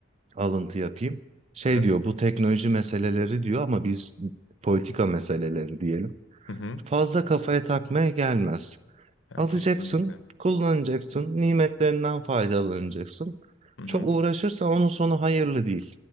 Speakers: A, on the right (about 35°); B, on the left (about 75°).
A: alıntı yapayım. Şey
B: Hı hı.
A: diyor bu teknoloji meseleleri diyor ama biz politika meseleleri diyelim.
B: Hı hı.
A: Fazla kafaya takmaya gelmez.
B: Yani
A: Alacaksın,
B: kesinlikle.
A: kullanacaksın, nimetlerinden faydalanacaksın.
B: Hı hı.
A: Çok uğraşırsan onun sonu hayırlı değil.